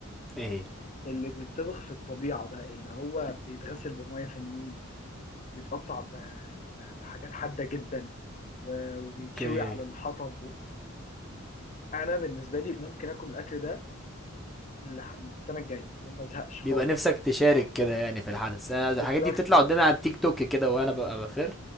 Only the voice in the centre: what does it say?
ايه هي
اوكي
بيبقى نفسك تشارك كده يعني في الحدث أنا الحاجات
دي بتطلع قدامي على التيك توك كده وانا ببقى بفر